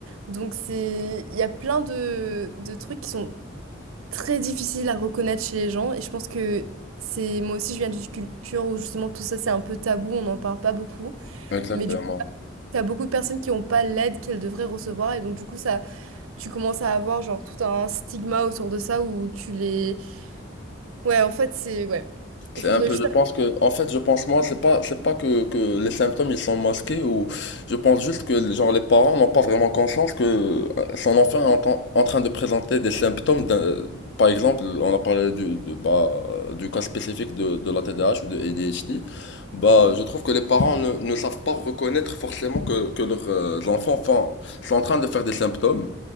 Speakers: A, on the right; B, on the left.
A: Donc, c'est... il y a plein de, de trucs qui sont très difficile à reconnaître chez les gens. Et je pense que c'est moi aussi, je viens d'une culture où justement tout ça c'est un peu tabou, on n'en parle pas beaucoup.
B: exactement
A: Mais du coup, t'as beaucoup de personnes qui n'ont pas l'aide qu'elles devraient recevoir. Et donc, du coup, ça, tu commences à avoir genre tout un stigma autour de ça où tu les. Ouais, en fait, c'est. Ouais.
B: C'est
A: Il faudrait
B: un peu,
A: juste.
B: je pense que, en fait, je pense moi, c'est pas, c'est pas que, que les symptômes ils sont masqués ou, je pense juste que, genre, les parents n'ont pas vraiment conscience que euh, son enfant est en, tra- en train de présenter des symptômes d'un- par exemple, on a parlé du, de- bah, euh, du cas spécifique de, de la TDAH ou de ADHD, bah,
A: Mhm.
B: je trouve que les parents ne, ne savent pas reconnaître forcément que, que leurs euh, enfants font- sont en train de faire des symptômes.